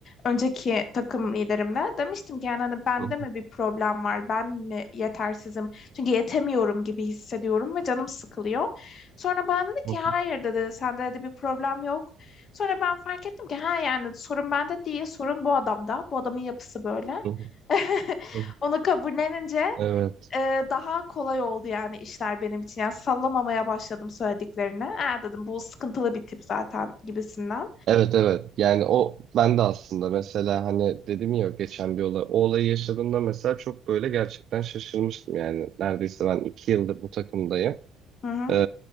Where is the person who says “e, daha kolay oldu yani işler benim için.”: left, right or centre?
Left